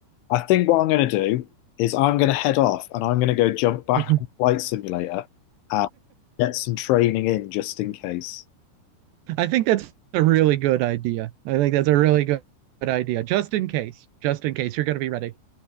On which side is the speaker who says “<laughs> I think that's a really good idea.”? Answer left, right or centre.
Right